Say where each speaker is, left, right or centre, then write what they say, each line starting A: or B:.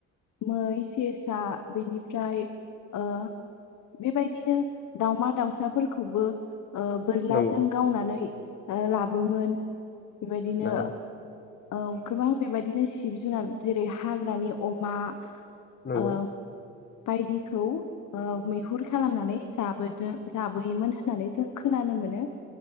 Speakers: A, on the left (about 75°); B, on the left (about 35°).
A: मै सेसा बेनिफ्राय ओ बेबायदिनो दाउमा दाउसाफोरखौबो ओ बोरलाजों
B: नंगौ
A: गावनानै ओ लाबोमोन बेबायदिनो
B: नंगौ
A: औ गोबां बेबायदिनो जिब जुनार जेरै हाग्रानि अमा
B: नंगौ
A: ओ बायदिखौ मैहुर खालामनानै जाबोद जाबोयोमोन होननानै जों खोनानो मोनोना।